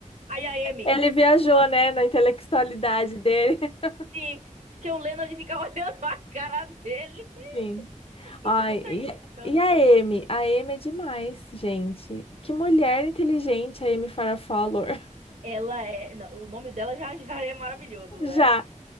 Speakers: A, on the right (about 70°); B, on the left (about 45°).
A: Aí a Amy,
B: Ele viajou,
A: cookie
B: né, na intelectualidade dele. <laughs>
A: sim, que o Leonard ficava <laughs> olhando a cara dele.
B: Sim.
A: O que
B: Ai,
A: que tu tá
B: e,
A: imaginando,
B: e a
A: meu Deus?
B: Amy? A Amy é demais, gente. Que mulher inteligente a Amy Farrah Fowler.
A: Ela é, não, o nome dela já, já é maravilhoso,
B: <laughs>
A: né?
B: Já.